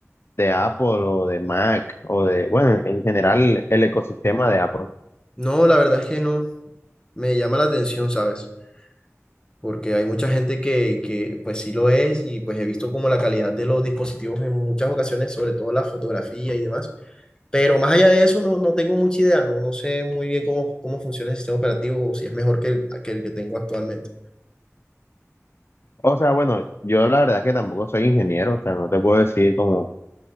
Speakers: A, on the left; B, on the left.
A: de Apple o de Mac o de, bueno, en general el ecosistema de Apple?
B: no, la verdad es que no, me llama la atención, ¿sabes? porque hay mucha gente que, que pues sí lo es y pues he visto como la calidad de los dispositivos en muchas ocasiones, sobre todo la fotografía y demás. Pero más allá de eso, no, no tengo mucha idea, no, no sé muy bien cómo, cómo funciona el sistema operativo o si es mejor que el, que el que tengo actualmente.
A: O sea, bueno, yo la verdad es que tampoco soy ingeniero, o sea, no te puedo decir como,